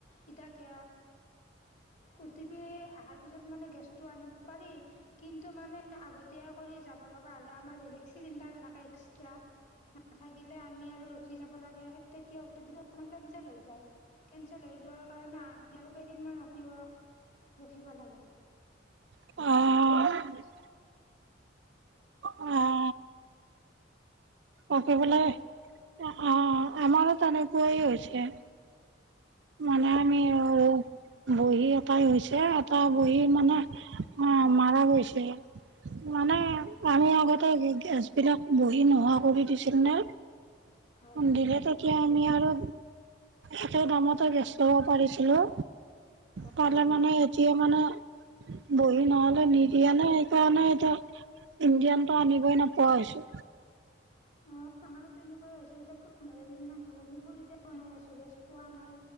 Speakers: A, on the left (about 40°); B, on the right (about 65°).
A: এতিয়া গে অটিপি অহাৰ পিছত মানে, গেছটো আনিব পাৰি। কিন্তু মানে, আগতীয়া কৰি যাব লগা হ'লে, আমাৰ বেলেগ চিলিণ্ডাৰ নাথাকে, এক্স <unintelligible> নাথাকিলে আমি আৰু ৰখি যাব লাগে, সেই তেতিয়া অটিপিটো আমাৰ কেনঞ্চেল হৈ যায়, কেনঞ্চেল হৈ যোৱাৰ কাৰণে, আমি আৰু কেইদিনমান ৰখিব ৰখিব লাগে।
B: অ'। অ'। তাকে
A: হেল্ল'
B: বোলে,
A: অঁ
B: অ', আমাৰো তেনেকুৱাই হৈছে। মানে আমিও বহী এটাই হৈছে এটা বহী মানে মাৰা গৈছে মানে
A: অঁ
B: আমি আগতে গেছ বিলাক বহি নোহোৱা কৰি দিছিল নে?
A: হয়
B: দিলে তেতিয়া আমি আৰু একে দামতে গেছ ল'ব পাৰিছিলোঁ।
A: হয়
B: পালে মানে এতিয়া মানে বহী নহ'লে নিদিয়ে নে সেইকাৰণে এতিয়া ইণ্ডিয়ানটো আনিবই নোপোৱা হৈছো।
A: অঁ আমাৰো তেনেকুৱাই হৈছে এতিয়া পোন্ধৰ দিন মান হ'ল আমি খৰিতে বনাই আছো গেছ পোৱা নাই।